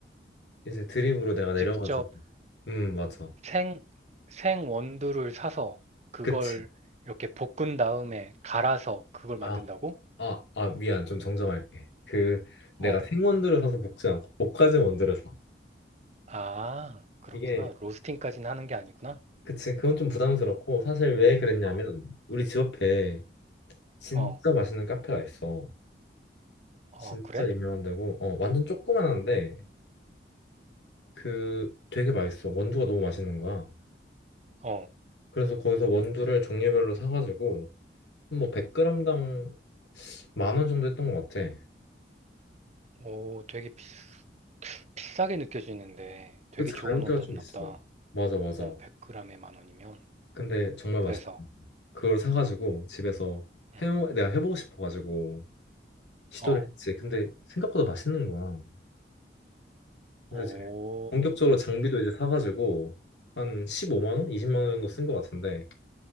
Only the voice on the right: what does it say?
직접
생, 생 원두를 사서 그걸
이렇게 볶은 다음에 갈아서 그걸 만든다고?
어,
아, 그렇구나.
로스팅까지는 하는 게 아니구나.
어,
어,
어,
그래?
어,
오, 되게 비, 비싸게 느껴지는데 되게
좋은
원두였나
보다.
어, 100g에 만 원이면.
그래서,
음,
어,
오,